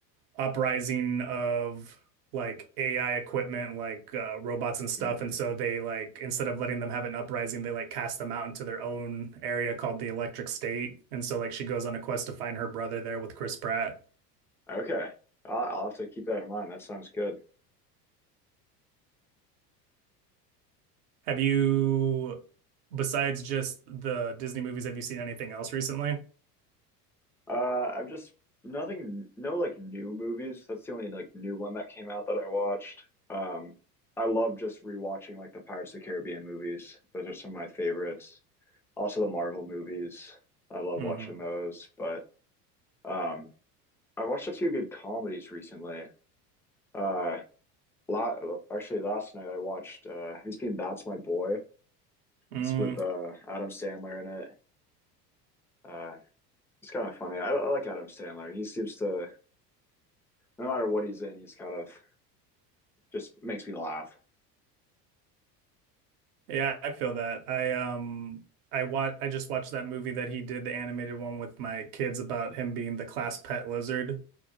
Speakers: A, on the right (about 65°); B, in the centre.
A: uprising of like AI equipment like uh, robots and stuff
B: hmm
A: and so they like instead of letting them have an uprising they like cast them out into their own area called the Electric State and so like she goes on a quest to find her brother there with Chris Pratt.
B: okay. I'll, I'll have to keep that in mind. That sounds good.
A: Have you besides just the Disney movies have you seen anything else recently?
B: Uh, I've just nothing, no like new movies. That's the only like new one that came out that I watched. Um, I love just rewatching like the Pirates of the Caribbean movies. Those are some of my favorites. Also the Marvel movies. I love
A: Mhm.
B: watching those. But um I watched a few good comedies recently. Uh la actually last night I watched uh have you seen That's My Boy?
A: Mm,
B: It's with uh Adam Sandler in it. Uh it's kind of funny. I, I like Adam Sandler. He seems to no matter what he's in, he's kind of just makes me laugh.
A: yeah, I feel that. I um I wa I just watched that movie that he did, the animated one with my kids about him being the class pet lizard